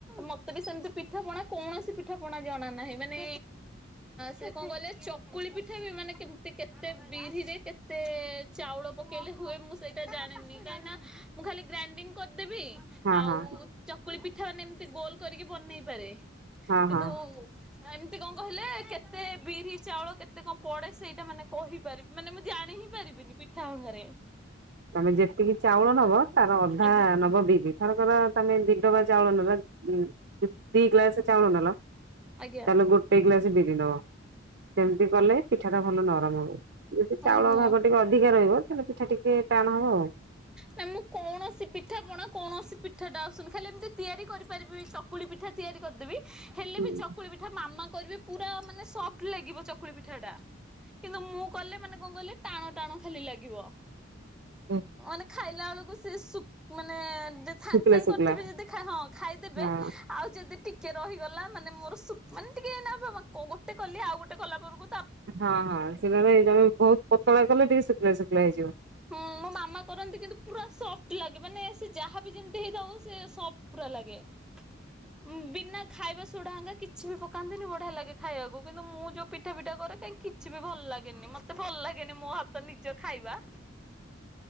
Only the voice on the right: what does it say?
ହଁ
ହଁ
ହଁ
ହଁ
ତମେ ଯେତିକି ଚାଉଳ ନବ ତାର ଅଧା
ନବ ବିରି। ଥରକର ତମେ ଦି ଡବା ଚାଉଳ ନେଲ। ଦି ଗ୍ଲାସ ଚାଉଳ ନେଲ।
ତାହେଲେ ଗୋଟେ ଗ୍ଲାସ ବିରି ଦବ। ସେମିତି କଲେ ପିଠା ଟା ଭଲ ନରମ ହବ। ଯଦି ଚାଉଳ
ଭାଗ ଟିକେ ଅଧିକା ରହିବ ତାହେଲେ ପିଠା ଟିକେ ଟାଣ ହବ। ଆଉ
ହୁଁ
<inaudible>
ଶୁଖିଲା
ଶୁଖିଲା
ହଁ
ହଁ ହଁ ସେଗା ଏଇମେ ବହୁତ ପତଳା କଲେ ଟିକେ ଶୁଖିଲା ଶୁଖିଲା ହେଇଯିବ।